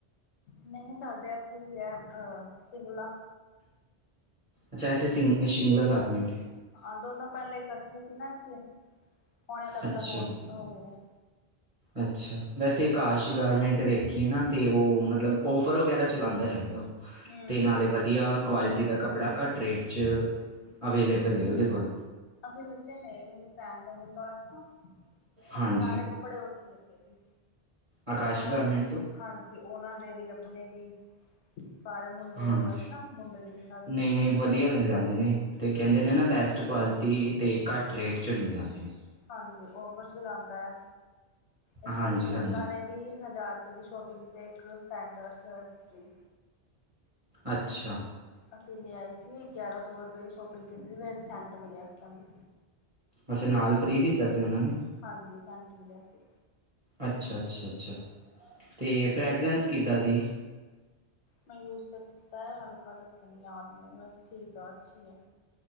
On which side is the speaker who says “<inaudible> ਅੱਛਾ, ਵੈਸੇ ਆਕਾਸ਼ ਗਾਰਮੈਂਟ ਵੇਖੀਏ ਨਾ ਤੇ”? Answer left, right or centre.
Right